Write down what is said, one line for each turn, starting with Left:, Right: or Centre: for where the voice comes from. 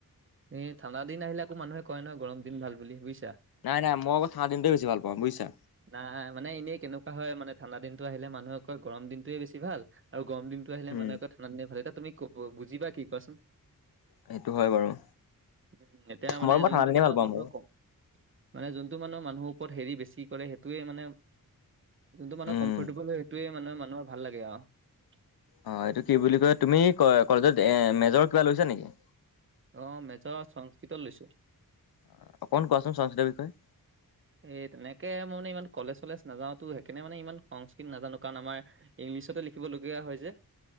Right: এ ঠাণ্ডা দিন আহিলে আকো মানুহে কয় নহয় গৰম দিন ভাল বুলি বুজছে‌,
Left: নাই নাই মই আকৌ ঠাণ্ডা দিনটোৱে বেছি ভাল পাওঁ বুজিছা
Right: নাই মানে এনেই কেনেকুৱা হয় মানে ঠাণ্ডা দিন- আহিলে মানুহে কয় গৰম দিনটোয়ে বেছি ভাল আৰু গৰম দিনটো আহিলে
Left: উম
Right: মানহে ঠাণ্ডা দিনটো ভাল। তুমি কব বুজিবা কি কোৱাচোন?
Left: সেইটো হয় বাৰু-
Right: উম এতিয়া মানে
Left: মই
Right: যোনটো
Left: ঠাণ্ডা দিনে
Right: মানে
Left: ভাল পাওঁ
Right: মানুহক
Left: বাৰু
Right: কম মানে যোনটো মানুহৰ মানুহৰ ওপৰত হেৰি বেছি কৰে সেইটোৱে মানে যোনটো মানুহ
Left: উম,
Right: কমফৰ্টেবল সেইটোৱে মানে মানুহৰ ভাল লাগে আৰু
Left: অ এইটো কি বুলি কয় তুমি কলেজত এ মেজৰ কিবা লৈছা নেকি-
Right: আহ মেজৰ সংস্কৃত লৈছো-
Left: অ অকণ কোৱাচোন সংস্কৃৃতৰ বিষয়ে-
Right: এই তেনেকে মই মানে ইমান কলেজ চলেজ নাযাওতো সেইকাৰণে মানে ইমান সংস্কৃত নাজানো কাৰণ আমাৰ ইলিছতে লিখিবলগীয়া হয় যে